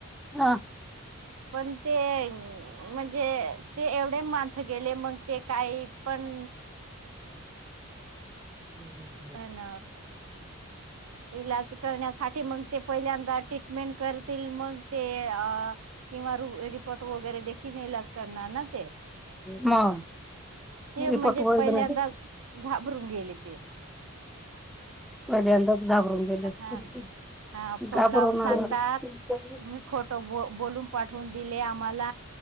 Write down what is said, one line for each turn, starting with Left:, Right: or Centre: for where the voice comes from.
Centre: अं..
Right: पण ते, म्हणजे ते एवढे, माणसं गेले मग ते काही पण.
Centre: हम् हम.
Right: पण इलाज करण्यासाठी मग, ते पहिल्यांदा मेंट करतील मग ते. किंवा रिपोर्ट वगैरे दे ज करणार ना ते.
Centre: मग
Right: ते
Centre: रिपोर्ट
Right: म्हणजे
Centre: वगैरे
Right: पहिल्यांदा घाबरून गेले ते.
Centre: पहिल्यांदाच घाबरून गेले
Right: हा.
Centre: असतील ते
Right: हा. फोन
Centre: घाबरवणार
Right: लावून सांगतात. तुम्ही खोट ब बोलून पाठवून दिले आम्हाला.